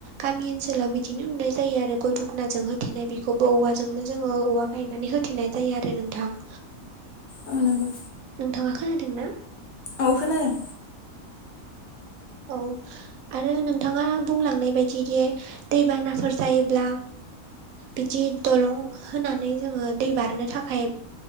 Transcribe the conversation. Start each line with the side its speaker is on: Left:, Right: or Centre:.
Right: गामि ओनसोलाव बिदिनो नुनाय जायो आरो गय दखनाजों होथेनाय बेखौबो औवाजोंनो जोङो औवाखौ बायनानै होथेनाय जायो आरो नोंथां
Left: ओ नंगौ
Right: नोंथांङा खोनादों ना?
Left: औ खोनादों
Right: औ आरो नोंथाङा बुंलांनाय बायदिदि दैबानाफोर जायोब्ला बिदि दलं होनानै जोंङो दै बारनो थाखाय